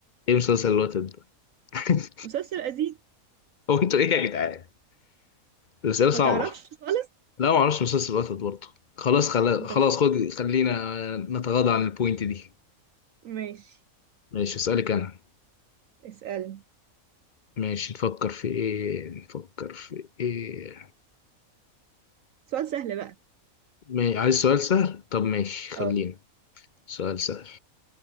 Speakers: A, on the left; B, on the right.
A: ايه مسلسل الوتد ده <laughs>
B: مسلسل قديم
A: هو انتوا ايه يا جدعان الاسئله صعبه
B: ما تعرفش خالص
A: لا ما اعرفش مسلسل الوتد برضه خلاص خلا...
B: انت
A: خلاص
B: مش
A: خد خلينا نتغاضى عن البوينت دي
B: ماشي
A: ماشي اسالك انا
B: اسألني
A: ماشي نفكر في ايه نفكر في ايه
B: سؤال سهل بقى
A: ما... عايز سؤال سهل طب ماشي خلينا
B: اه
A: سؤال سهل